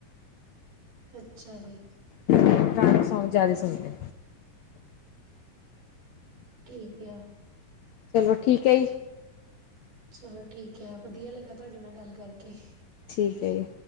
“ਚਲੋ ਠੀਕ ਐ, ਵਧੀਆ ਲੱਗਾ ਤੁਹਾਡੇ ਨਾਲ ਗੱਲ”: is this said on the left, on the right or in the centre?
Right